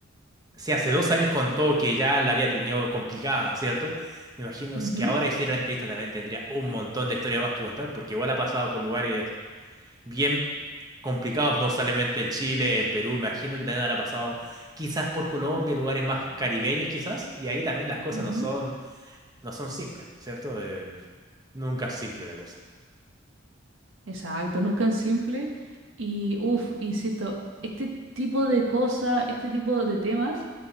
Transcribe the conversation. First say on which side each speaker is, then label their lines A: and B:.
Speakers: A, on the right; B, on the right.
A: Si hace dos años contó que ya la había tenido complicada, ¿cierto? Me imagino
B: Ujú,
A: si que ahora hiciera la entrevista también tendría un montón de historia más que contar, porque igual ha pasado por lugares bien complicados, no solamente en Chile, en Perú, me imagino que también habrá pasado quizás por Colombia, lugares más caribeños quizás, y ahí también las cosas
B: ujú.
A: no son, no son simples, ¿cierto? Eh, nunca es simple la cosa.
B: Exacto, nunca es simple. Y, uff, insisto, este tipo de cosas, este tipo de temas,